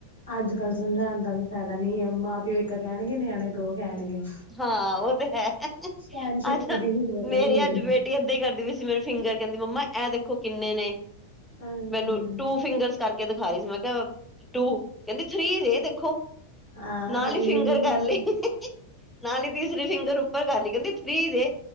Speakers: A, on the left; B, in the centre.
A: ਅੱਜ-ਕੱਲ ਸਮਝਾਉਣ ਦਾ ਵੀ ਫਾਇਦਾ ਨੀ ਹੈ। ਮਾਂ-ਪਿਓ ਇੱਕ ਕਹਿਣਗੇ ਨਿਆਣੇ ਦੋ। ਕਹਿਣਗੇ
B: ਹਾਂ, ਉਹ ਤੇ ਹੈ
A: ਸਹਿਣ ਸ਼ਕਤੀ
B: ਅੱਜ
A: ਦੀ ਹਿੰਮਤ
B: ਮੇਰੀ
A: ਨੀ
B: ਅੱਜ
A: ਏ।
B: ਬੇਟ ਏਦਾਂ ਹੀ ਕਰਦੀ ਪਈ ਸੀ ਮੈਨੂੰ, ਫਿੰਗਰ ਕਹਿੰਦੀ ਮੰਮਾ ਇਹ ਦੇਖੋ ਕਿੰਨੇ ਨੇ?
A: ਹਮ
B: ਮੈਨੂੰ ਟੂ ਫਿੰਗਰਸ ਕਰਕੇ ਦਿਖਾ ਰਹੀ ਸੀ ਮੈਂ ਕਿਹਾ ਟੂ ਕਹਿੰਦੀ ਥਰੀ ਜੇ ਦੇਖੋ
A: ਹਾਂ
B: ਨਾਲ
A: ਇਵੇਂ
B: ਹੀ ਫਿੰਗਰ
A: ਹੁੰਦਾ
B: ਕਰ ਲਈ। ਨਾਲ ਹੀ ਤੀਸਰੇ ਫਿੰਗਰ ਉੱਪਰ ਕਰ ਲਈ ਕਹਿੰਦੀ ਥਰੀ ਜੇ।